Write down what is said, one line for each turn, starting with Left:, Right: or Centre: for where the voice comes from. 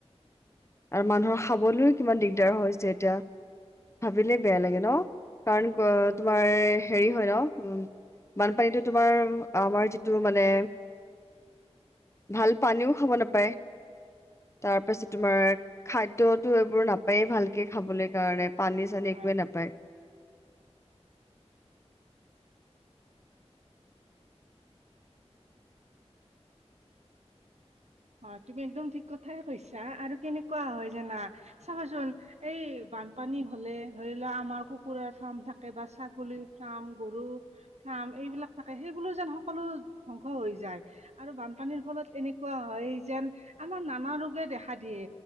Left: আৰু মানুহৰ খাবলৈও কিমান দিগদাৰ হৈছে এতিয়া ভাবিলে বেয়া লাগে ন কাৰণ ক তোমাৰ হেৰি হয় ন উ বানপানীটো তোমাৰ আমাৰ যিটো মানে ভাল পানীও খাব নাপায় তাৰ পাছত তোমাৰ খাদ্যতো এইবোৰ নাপায় ভালকে খাবলে কাৰণে পানী চানী
Right: হয়।
Left: একোৱে নাপায় <inaudible>
Right: অ তুমি একদম ঠিক কথাই কৈছা আৰু কেনেকুৱা হয় জানা চাবাচোন এই বানপানী হলে ধৰি লোৱা আমাৰ কুকুৰাৰ ফাৰ্ম থাকে বা ছাগলীৰ ফাৰ্ম গৰুৰ ফাৰ্ম এইবিলাক থাকে সেইবোলো যেন সকলো ধ্বংস হৈ যায় আৰু বানপানীৰ ফলত এনেকুৱা হয় যেন আমাৰ নানা ৰোগে দেখা দিয়ে